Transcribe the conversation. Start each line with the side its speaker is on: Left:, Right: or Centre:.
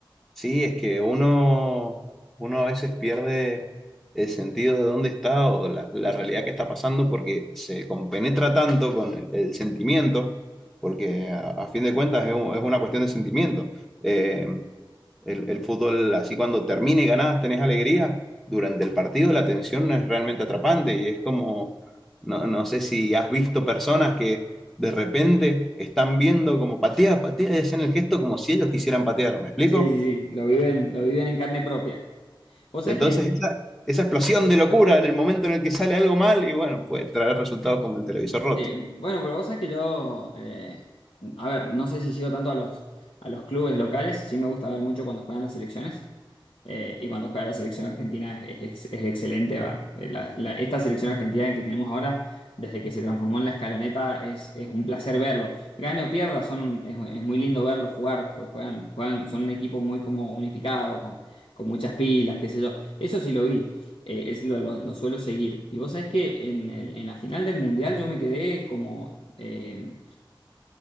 Centre: Sí, es que uno, uno a veces pierde el sentido de dónde está o la, la realidad que está pasando porque se compenetra tanto con el, el sentimiento, porque a, a fin de cuentas es, un- es una cuestión de sentimiento. Eh, el, el fútbol, así cuando termine y ganás, tenés alegría, durante el partido la tensión es realmente atrapante y es como, no, no sé si has visto personas que de repente están viendo como patea, patea y hacen el gesto como si ellos quisieran patear, ¿me explico?
Left: Sí, sí, sí, lo viven, lo viven en carne propia. Vos sabés
Centre: Entonces,
Left: que
Centre: esa, esa explosión de locura en el momento en el que sale algo mal y bueno, puede traer resultados como el televisor roto.
Left: Sí, bueno, pero vos sabés que yo, eh, a ver, no sé si sigo tanto a los, a los clubes locales, sí me gusta ver mucho cuando juegan las selecciones, eh, y cuando juega la selección argentina es, es- es excelente, va. Eh, la- la- esta selección argentina en que tenemos ahora, desde que se transformó en la escaloneta, es, es un placer verlo. Gane o pierda, son, es, es muy lindo verlos jugar, porque juegan, juegan, son un equipo muy como unificado, con, con muchas pilas, qué sé yo. Eso sí lo vi eh, es lo, lo- lo suelo seguir. Y vos sabés que en, el- en la final del Mundial yo me quedé como... eh,